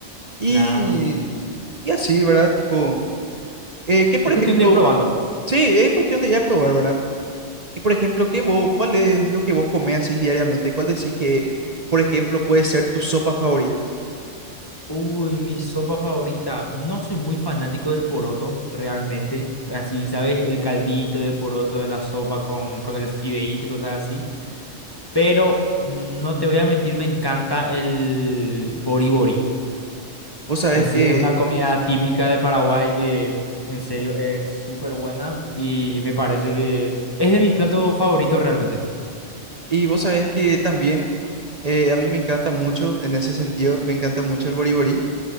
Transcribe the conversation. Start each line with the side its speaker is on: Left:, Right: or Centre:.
Right: Y,
Left: Claro.
Right: y así, ¿verdad? Tipo, eh, que por
Left: Es cuestión
Right: ejemplo,
Left: de ir probando.
Right: sí, es cuestión de ya probar, ¿verdad? Y por ejemplo, ¿qué vos, cuál es lo que vos comés así diariamente? ¿Cuál decís que, por ejemplo, puede ser tu sopa favorita?
Left: Uy, mi sopa favorita. No soy muy fanático del poroto, realmente. Así, ¿sabes? El caldito de poroto de la sopa con, con el fideíto y cosas así. Pero no te voy a mentir, me encanta el boribori
Right: Vos sabés
Left: No sé,
Right: que,
Left: es una comida típica de Paraguay que en serio es súper buena y me parece que es de mis platos favoritos realmente.
Right: y vos sabés que también... Eh, a mí me encanta mucho en ese sentido, me encanta mucho el boriborí.